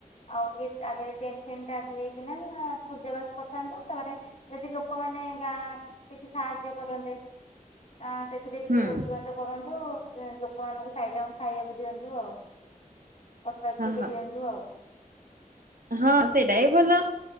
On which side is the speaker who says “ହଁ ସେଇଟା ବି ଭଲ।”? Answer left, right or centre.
Right